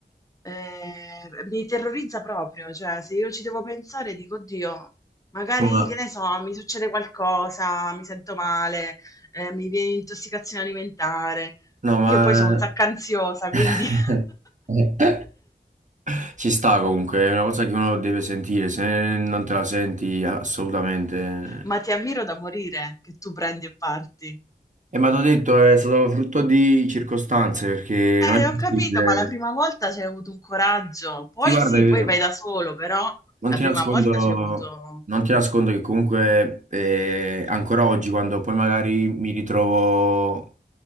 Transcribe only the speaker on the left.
Ehm, mi terrorizza proprio, cioè se io ci devo pensare dico, oddio, magari
che ne so, mi succede qualcosa, mi sento male, eh, mi viene intossicazione alimentare.
Io poi sono un sacco ansiosa,
quindi... <laughs>
Ma ti ammiro da morire che tu prendi e parti.
Eh,
ho capito, ma la prima volta c'hai avuto un coraggio. Poi
sì,
poi vai da solo, però
la
prima
volta c'hai avuto...